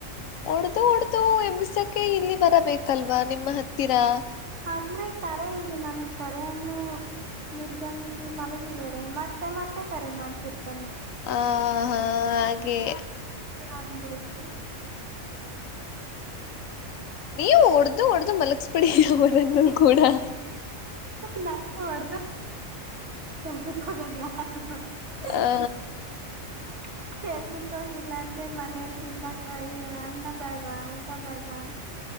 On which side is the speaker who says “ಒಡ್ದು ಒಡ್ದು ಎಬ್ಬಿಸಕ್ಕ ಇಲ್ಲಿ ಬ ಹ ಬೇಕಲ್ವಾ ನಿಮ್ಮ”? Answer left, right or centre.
Left